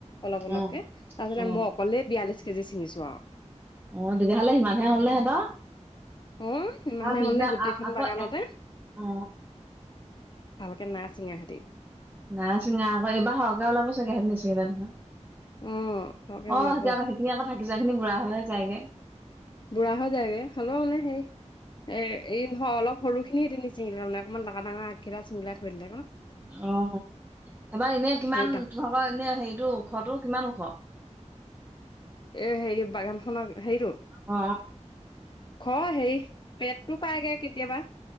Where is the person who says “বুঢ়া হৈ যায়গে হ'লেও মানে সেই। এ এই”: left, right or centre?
Left